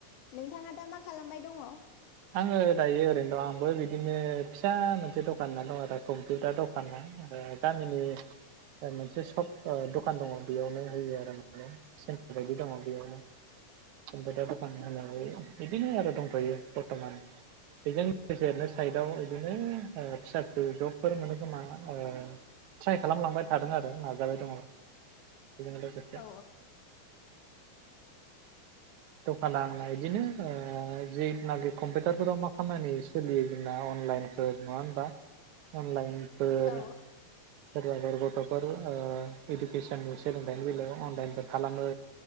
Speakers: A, on the left; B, on the right.
A: नोंथाङा दा मा खालामबाय दङ?
B: आङो दायो ओरैनो दं आंबो बिदिनो फिसा मोनसे दखाना दं आरो कम्पिउटार दखाना गामिनि मोनसे सप दखान दङ बेयावनो होयो आरो माने सेन्टार बायदि दङ बेयावनो । कम्पिउटार दखान होनानै बिदिनो आरो दंथ'यो बरथ'मान बेजों लोगोसे रैनो साइदआव बिदिनो फिसा फिस जबफोर मोनो खोमा ट्राइ खालामलांबाय थादों आरो नाजाबाय दङ। बेजों लोगोसे
A: औ
B: द'खाना बायदिनो ओ जेनागे कम्पिउटार फोराव मा खामानि सोलियो जोंना अनलाइनफोर नङा होनबा अनलाइन फोर
A: औ
B: सोरबाफोर गथ'फोर ओ इडुकेसननि सोलोंथाइनि बेलायाव अनलाइनफोर खालामो